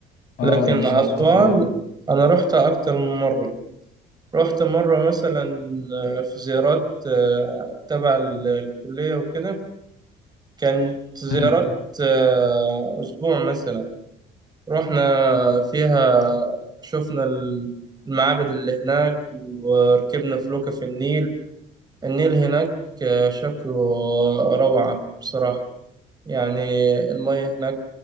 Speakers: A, on the left (about 75°); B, on the right (about 25°).
A: اه
B: لكن
A: بالظبط
B: أسوان
A: ف
B: أنا رحتها أكتر من مرة رحت مرة مثلا في زيارات آه، تبع ال- الكلية وكده كانت زيارات
A: مم.
B: آه، أسبوع مثلا رحنا فيها شفنا ال- المعابد اللي هناك وركبنا فلوكة في النيل النيل هناك آه، شكله روعة بصراحة يعني المياه هناك